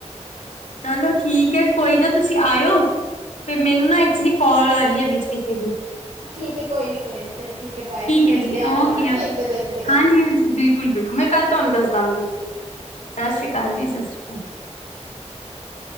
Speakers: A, on the left (about 85°); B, on the right (about 80°).
A: ਚਲੋ ਠੀਕ ਐ। ਕੋਈ ਨਾ ਤੁਸੀਂ ਆਇਓ। ਫੇਰ ਮੈਨੂੰ ਨਾ ਐਕਚੁਲੀ ਕੋਲ ਆ ਰੀ ਐ ਵਿਚ ਕਿਸੇ ਦੀ।
B: ਠੀਕ ਏ, ਕੋਈ ਨੀ ਕੋਈ ਨੀ, ਚਲੋ ਠੀਕ ਏ ਬਾਏ। ਫੇਰ ਮਿਲਦੇ
A: ਹੈ ਜੀ
B: ਆ ਆਪਾਂ
A: ਓਕੇ
B: ਇੱਕ ਦੋ ਦਿਨ ਤੀਕਨ।
A: ਹਾਂਜੀ ਹਾਂਜੀ ਬਿਲਕੁਲ - ਬਿਲਕੁਲ, ਮੈਂ ਕੱਲ ਤੁਆਨੂੰ ਦੱਸ ਦਾਂਗੀ। ਸਸ ਸ੍ਰੀ ਕਾਲ ਜੀ, ਸਸ ਸ਼੍ਰੀ ਕਾਲ। <inaudible>